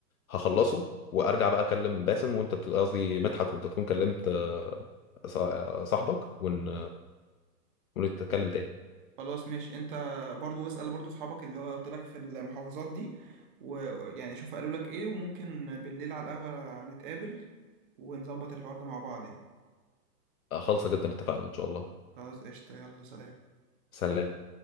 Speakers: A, on the left; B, on the right.
A: هخلصه وارجع بقى اكلم باسم وانت ت- قصدي مدحت وانت تكون كلمت آه، صا- آه، صاحبك ون ونتكلم تاني
B: خلاص ماشي انت برضو اسال برضو اصحابك اللي هو قلت لك في المحافظات دي ويعني شوف قالوا لك ايه وممكن بالليل على القهوه نتقابل ونظبط الحوار ده مع بعض يعني
A: آه، خالصة جدا اتفقنا ان شاء الله
B: خلاص قشطه يلا سلام
A: سلام